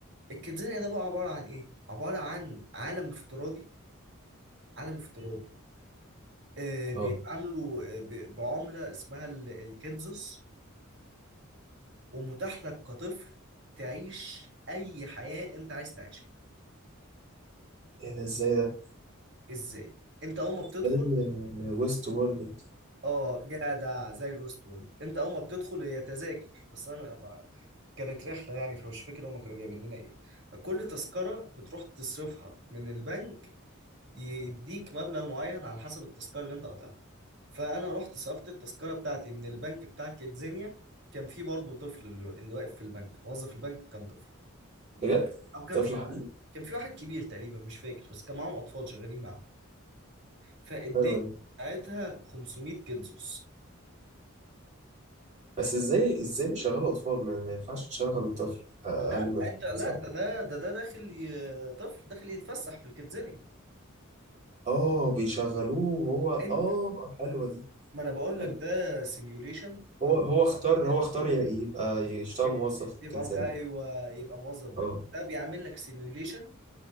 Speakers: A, on the right (about 55°); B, on the right (about 35°).
A: الكيدزانيا ده بقى عبارة عن إيه؟ عبارة عن عالم افتراضي عالم افتراضي آه بيتعاملوا
B: اه
A: آه، ب- بعملة اسمها ال- الكيدزوس ومتاح لك كطفل تعيش أي حياة أنت عايز تعيشها.
B: ايه ده ازاي ده
A: إزاي؟ أنت أول ما بتدخل
B: ده ويست وورلد
A: اه جدع زي الويست وورلد انت اول ما بتدخل هي تذاكر بس انا ما كانت رحله يعني فمش فاكر هم كانوا جايبين لنا ايه كل تذكره بتروح تصرفها من البنك يديك مبلغ معين على حسب التذكره اللي انت قاطعها فانا رحت صرفت التذكره بتاعتي من البنك بتاع كيدزينيا كان في برضه طفل اللي اللي واقف في البنك موظف البنك كان طفل
B: بجد
A: او كان
B: طفل
A: في
B: حبيبي
A: كان في واحد كبير تقريبا مش فاكر بس كان معاهم اطفال شغالين معاهم فاداني
B: حلو
A: ساعتها 500 كيدزوس
B: بس ازاي ازاي بيشغلوا اطفال ما, ما ينفعش تشغل طفل اقل
A: لا
B: من 12
A: انت لا
B: سنه
A: ده ده ده ده داخل ي... طفل داخل يتفسح في الكيدزاني
B: اه بيشغلوه هو
A: انت
B: اه حلوه دي
A: ما انا بقول
B: حلوة.
A: لك ده سيميوليشن
B: هو
A: او
B: هو اختار
A: كده،
B: هو اختار ي- يبقى يشتغل
A: يبقى
B: موظف
A: يبقى
B: في الزن
A: ايوه يبقى موظف بنك
B: اه
A: ده بيعمل لك سيميوليشن